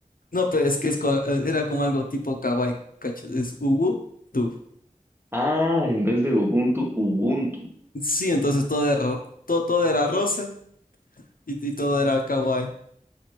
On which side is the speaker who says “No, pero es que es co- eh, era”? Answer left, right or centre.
Left